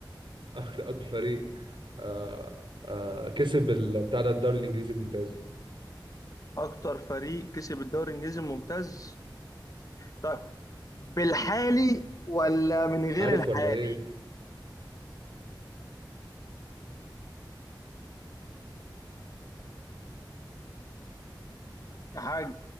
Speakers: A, on the right; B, on the left.
A: اكتر فريق آه آه كسب ال- بتاع ده الدوري الانجليزي الممتاز
B: اكتر فريق كسب الدوري الانجليزي الممتاز طيب بالحالي ولا من غير
A: عارف
B: الحالي
A: ولا ايه
B: يا حاج